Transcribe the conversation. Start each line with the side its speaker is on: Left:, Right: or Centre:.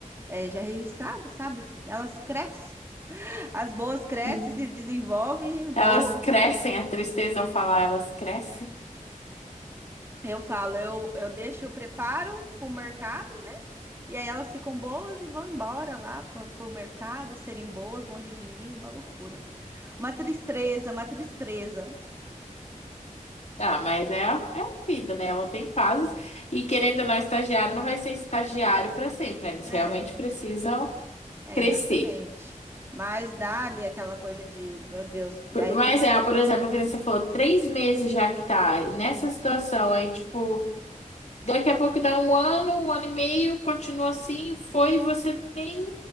Right: é, já registradas, sabe? Elas crescem. As boas crescem,
Left: Hum.
Right: se desenvolvem e voam.
Left: Elas crescem, a tristeza ao falar, elas crescem.
Right: Eu falo, eu, eu deixo, eu preparo para o mercado, né? E aí elas ficam boas e vão embora lá pro, pro mercado, serem boas longe de mim, uma loucura. Uma tristeza, uma tristeza,
Left: Ah, mas é a, é a vida, né? Ela tem fases. E querendo ou não, estagiário não vai ser estagiário para sempre, né? Eles
Right: né?
Left: realmente precisam
Right: É,
Left: crescer.
Right: exatamente. Mas dá-lhe aquela coisa de, meu Deus,
Left: Por-
Right: aí
Left: Mas é, por exemplo, que nem você falou, três meses já que tá nessa situação, aí, tipo, daqui a pouco dá um ano, um ano e meio, continua assim, foi, e você nem